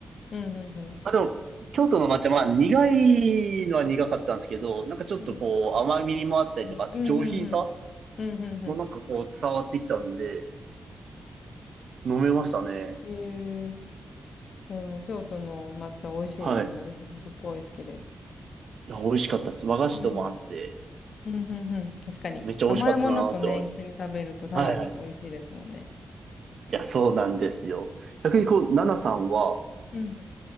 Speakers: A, on the left (about 70°); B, on the right (about 70°).
A: うん、ふんふん。
B: あ、でも、京都の抹茶、まあ、苦いのは苦かったんですけど、なんかちょっとこう、
A: うん、
B: 甘みもあったりとか、
A: うんうんうん。
B: あと上品さ
A: うん、うんうんうんうんうんうんうんうん
B: もなんかこう、伝わってきたんで、飲めましたね。
A: うんえー。でも、京都の抹茶美味しいですよね。
B: はい。い
A: 私もすっごい好きです。
B: や、美味しかったです。和菓子ともあって、
A: うん。うん、うんうん。確かに。
B: めっちゃ美味しかったなーって思う
A: 甘いものとね、一緒に食べるとさらに美味しいですもんね。
B: はいはい。いや、そうなんですよ。逆にこう、ナナさんは、
A: うん、うん。